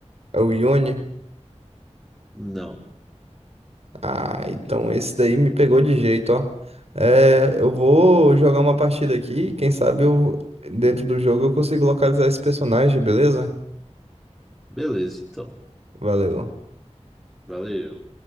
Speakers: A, on the right; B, in the centre.
A: É o Yone?
B: Não.
A: Ah, então esse daí me pegou de jeito, ó. É, eu vou jogar uma partida aqui. Quem sabe eu, dentro do jogo eu consigo localizar esse personagem, beleza?
B: Beleza, então.
A: Valeu.
B: Valeu.